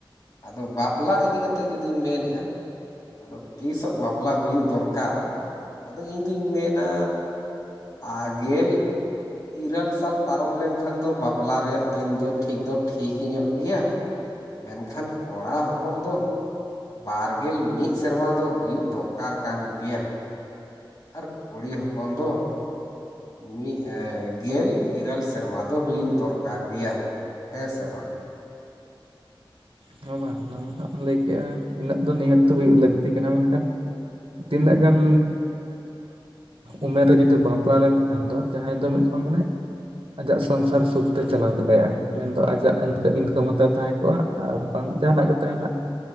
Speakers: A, on the left; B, on the right.
A: ᱟᱫᱚ ᱵᱟᱯᱞᱟ ᱤᱫᱤ ᱠᱟᱛᱮᱫ ᱡᱩᱫᱤᱢ ᱢᱮᱱᱮᱜᱼᱟ ᱟᱫᱚ ᱛᱤᱥᱚᱜ ᱵᱟᱯᱞᱟ ᱦᱩᱭᱩᱜ ᱫᱚᱨᱠᱟᱨᱟ ᱟᱫᱚ ᱤᱧᱫᱩᱧ ᱢᱮᱱᱟ ᱟᱨ ᱜᱮᱞ ᱤᱨᱟᱹᱞ ᱥᱟᱞ ᱯᱟᱨᱚᱢ ᱞᱮᱱᱠᱷᱟᱱ ᱫᱚ ᱵᱟᱯ ᱞᱟ ᱨᱮᱭᱟᱜ ᱫᱤᱱ ᱫᱚ ᱴᱷᱤᱠ ᱫᱚ ᱴᱷᱤᱠ ᱧᱚᱜ ᱜᱮᱭᱟ ᱢᱮᱱᱠᱷᱟᱱ ᱠᱚᱲᱟ ᱦᱚᱯᱚᱱ ᱫᱚ ᱵᱟᱨᱜᱮᱞ ᱢᱤᱫ ᱥᱮᱨᱢᱟ ᱫᱚ ᱦᱩᱭᱩᱜ ᱫᱚᱨᱠᱟᱨ ᱠᱟᱱ ᱜᱮᱭᱟ ᱟᱨ ᱠᱩᱲᱤ ᱦᱚᱯᱚᱱ ᱫᱚ ᱢᱤᱫ ᱮᱸ ᱜᱮᱞ ᱤᱨᱟᱹᱞ ᱥᱮᱨᱢᱟ ᱫᱚ ᱦᱩᱭᱩᱜ ᱫᱚᱨᱠᱟᱨ ᱜᱮᱭᱟ ᱦᱮᱸ ᱥᱮ ᱵᱟᱝ
B: ᱦᱮ ᱵᱟᱝ ᱚᱱᱟ ᱢᱟ ᱦᱟᱜ ᱮᱢ ᱞᱟᱹᱭ ᱠᱮᱫᱮᱜᱼᱟ ᱤᱱᱟᱹᱜ ᱫᱚ ᱱᱤᱦᱟᱹᱛ ᱦᱩᱭᱩᱜ ᱞᱟᱹᱠᱛᱤ ᱠᱟᱱᱟ ᱢᱮᱱᱠᱷᱟᱱ ᱛᱤᱱᱟᱹᱜ ᱜᱟᱱ ᱩᱢᱮᱨ ᱨᱮ ᱡᱩᱫᱤ ᱵᱟᱯᱞᱟ ᱞᱮᱱᱠᱷᱟᱱ ᱫᱚ ᱡᱟᱦᱟᱸᱭ ᱫᱚ ᱢᱤᱫ ᱦᱚᱲ ᱢᱟᱱᱮ ᱟᱡᱟᱜ ᱥᱚᱝᱥᱟᱨ ᱥᱩᱠᱛᱮ ᱪᱟᱞᱟᱣ ᱫᱟᱲᱮᱭᱟᱜ ᱟᱭ ᱢᱮᱱᱫᱚ ᱟᱡᱟᱜ ᱤᱱᱠᱟᱢ ᱦᱚᱸᱛᱚ ᱛᱟᱦᱮᱸ ᱠᱚᱜᱼᱟ ᱟᱨ ᱵᱟᱝ ᱡᱟᱦᱟᱱᱟᱜ ᱜᱮ ᱱᱟᱦᱟᱜ